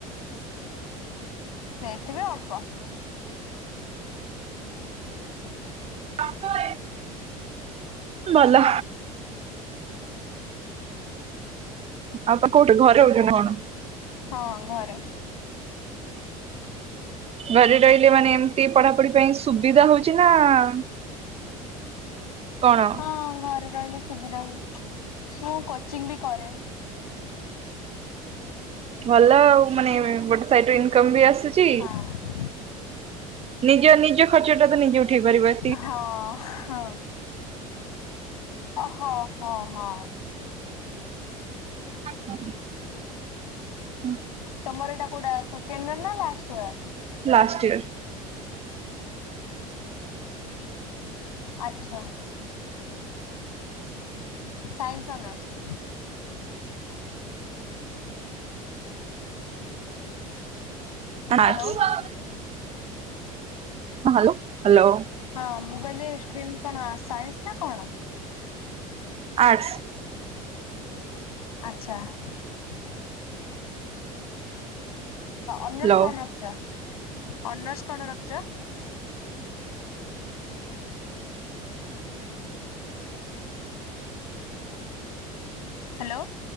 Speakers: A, on the left (about 80°); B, on the right (about 35°).
A: ସେଇଠି ବି ଅଳ୍ପ।
B: ଆସ ଭାରି। ଭଲ। ଆଉ ତ କୋଉଠି ଘରେ ରହୁଚ ନା କଣ?
A: ହଁ ଘରେ।
B: ଘରେ ରହିଲେ ମାନେ ଏମତି ପଢ଼ାପଢ଼ି ପାଇଁ ସୁବିଧା ହଉଚି ନା ଆ ଆ କଣ?
A: ହଁ ଘରେ ରହିଲେ ସୁବିଧା ହୁଏ ମୁଁ କୋଚିଂ ବି କରେ।
B: ଭଲ ଆଉ ମାନେ ଗୋଟେ ସାଇଡ଼ରେ ଇନକମ୍ ବି ଆସୁଚି।
A: ହଁ
B: ନିଜ ନିଜ ଖର୍ଚ୍ଚ ଟା ତ ନିଜେ ଉଠେଇ ପାରିବା।
A: ହଁ ହ ଅ ହଁ ହଁ ହଁ।
B: ହୁଁ ହୁଁ।
A: ତମର ଏଟା କୋଉଟା ସେକେଣ୍ଡ ଇୟର ନା ଲାଷ୍ଟ ଇୟର?
B: Last year.
A: ଆଛା ସାଇନ୍ସ ଅନର୍ସ?
B: କଣ
A: ହ୍ୟାଲୋ
B: ଆର୍ଟ୍ସ ହଁ ହାଲୋ ହାଲୋ
A: ହଁ ମୁଁ କହିଲି ଷ୍ଟ୍ରିମ୍ କଣ ସାଇନ୍ସ ନା କଣ?
B: ଆଟ୍ସ।
A: ଆଚ୍ଛା କଣ ଅନର୍ସ
B: ହ୍ୟାଲୋ
A: କଣ ରଖଚ ଅନର୍ସ କଣ ରଖଚ? ହାଲୋ।